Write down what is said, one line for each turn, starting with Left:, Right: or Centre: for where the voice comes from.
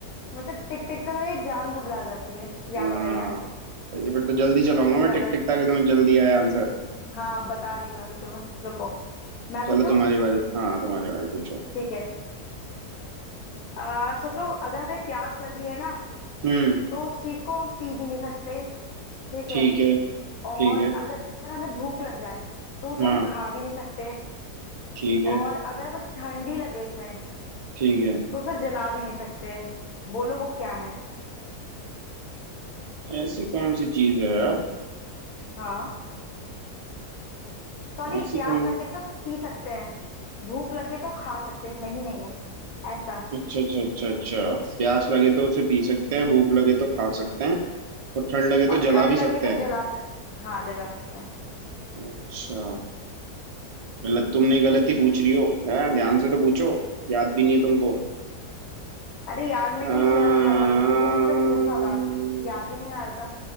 Left: मतलब टिक टिक से मेरी जान घबरा जाती है याद
Right: हाँ
Left: आ गया
Right: सही है फिर तो जल्दी चलाऊंगा मैं
Left: चलो
Right: टिक टिक ताकि तुम्हें जल्दी आए आंसर
Left: हाँ बता रही हूँ मैं अभी तुम्हें रुको मैं पूछूं
Right: चलो तुम्हारी बारी हाँ तुम्हारी बारी पूछो
Left: ठीक है आ, सोचो अगर हमें प्यास लगी है ना
Right: हम्म
Left: तो उस चीज को हम पी भी नहीं सकते ठीक
Right: ठीक
Left: है
Right: है ठीक
Left: और
Right: है
Left: अगर हमें भूख लग जाए तो उसे
Right: हाँ
Left: हम खा भी नहीं सकते
Right: ठीक है
Left: और अगर हमें ठंडी लगे उसमें
Right: ठीक है
Left: तो उसे जला भी नहीं सकते बोलो वो क्या है
Right: ऐसी कौन सी चीज है यार
Left: हाँ सॉरी
Right: ऐसी
Left: प्यास
Right: कौन
Left: लगे तो पी सकते हैं भूख लगे तो खा सकते हैं नहीं नहीं है ऐसा
Right: अच्छा अच्छा अच्छा अच्छा प्यास लगे तो उसे पी सकते हैं भूख लगे तो खा सकते हैं और ठंड लगे तो
Left: और
Right: जला
Left: ठंड
Right: भी सकते
Left: लगे तो
Right: हैं
Left: जला सकते हाँ जला सकते हैं
Right: अच्छा गलत तुमने गलत ही पूछ रही हो है ध्यान से तो पूछो याद भी नहीं है तुमको
Left: अरे यार मैंने
Right: अम्म,
Left: कहीं सुना सुना था किसी ने मुझसे पूछा था याद ही नहीं आ रहा था